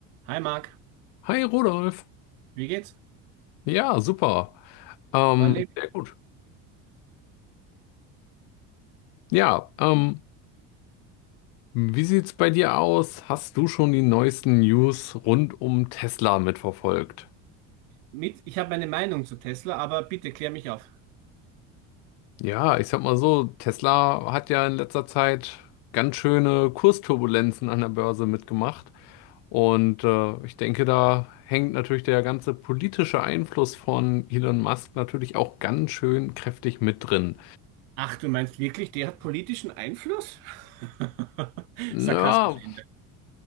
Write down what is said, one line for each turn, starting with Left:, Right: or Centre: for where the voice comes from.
Right: Hi Marc,
Left: Hi Rudolf.
Right: wie geht's?
Left: Ja, super. Ähm,
Right: Man lebt
Left: sehr gut. Ja, ähm, wie sieht's bei dir aus? Hast du schon die neuesten News rund um Tesla mitverfolgt?
Right: mit. Ich habe meine Meinung zu Tesla, aber bitte klär mich auf.
Left: Ja, ich sag mal so, Tesla hat ja in letzter Zeit ganz schöne Kursturbulenzen an der Börse mitgemacht. Und äh, ich denke, da hängt natürlich der ganze politische Einfluss von Elon Musk natürlich auch ganz schön kräftig mit drin.
Right: Ach, du meinst wirklich, der hat politischen Einfluss? <laughs>
Left: Na,
Right: Sarkasmus Ende.